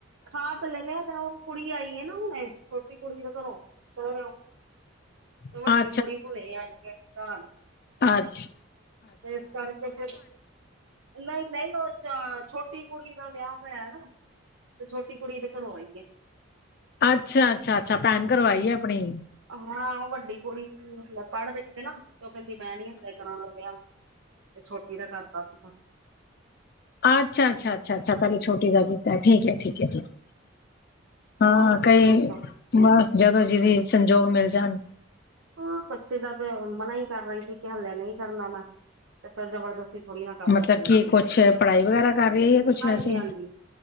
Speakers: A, on the right (about 80°); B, on the left (about 50°).
A: ਖਾ ਤੇ ਲੈਣੇ ਆ ਉਹ ਕੁੜੀ ਆਈ ਹੈ ਨਾ ਹੁਣੇ ਛੋਟੀ ਕੁੜੀ ਦੇ ਘਰੋਂ ਸਹਰਉ
B: ਆ
A: ਤੇ ਵੱਡੀ ਕੁੜੀ ਹੁਣੇ ਆਈ ਹੈ ਘਰ
B: ਅੱਜੀ,
A: ਤੇ ਇਸ ਕਰਕੇ ਫਿਰ ਨਹੀਂ-ਨਹੀਂ, ਉਹ ਚ ਛੋਟੀ ਕੁੜੀ ਦਾ ਵਿਆਹ ਹੋਇਆ ਨਾ, ਤੇ ਛੋਟੀ ਕੁੜੀ ਦੇ ਘਰੋਂ ਆਈ।
B: ਅੱਛਾ-ਅੱਛਾ-ਅੱਛਾ, ਪੈਨ ਕਰਵਾਈਏ ਆਪਣੀ।
A: ਹਾਂ ਵੱਡੀ ਕੁੜੀ ਪੜ੍ਹ ਪੈਂਦੇ ਨਾ, ਤੇ ਉਹ ਕਹਿੰਦੀ ਮੈਂ ਨੀ ਹੱਲਲੇ ਕਰਾਣਾ ਵਿਆਹ ਤੇ ਛੋਟੀ ਦਾ ਕਰਰਦਾ ਸੀ।
B: ਅੱਛਾ-ਅੱਛਾ-ਅੱਛਾ-ਅੱਛਾ, ਪਹਿਲੇ ਛੋਟੀ ਦਾ ਗ ਕੀਤਾ ਠੀ ਹੈ ਠੀਕ ਹੈ ਠੀਕ। ਹਾਂ
A: ਹੋਰ ਤੁਸੀਂ
B: ਕਈ
A: ਦੱਸੋ
B: ਬਸ ਜਦੋਂ ਜਿਦੀ ਸੰਜੋਗ ਮਿਲ ਜਾਣ।
A: ਹਾਂ ਬੱਚੇ ਦਾ ਮਨਾ ਹੀ ਕਰਨਾ ਹਲੇੇ ਨਹੀਂ ਕਰਨਾ ਮੈਂ ਤੇ ਫਿਰ ਜਬਰਦਸਤੀ ਥੋੜ੍ਹੀ ਨਾ ਕਰ ਸਕਦੇ
B: ਮਤਲਬ ਕਿ
A: ਹਾਂ ਅਸੀਂ
B: ਕੁਛ ਪੜ੍ਹਾਈ ਵਗੈਰਾ ਕਰ ਰਹੀ ਹੈ ਜਾਂ ਕੁਛ
A: ਹਾਂਜੀ,
B: ਵੈਸੇ
A: ਹਾਂਜੀ।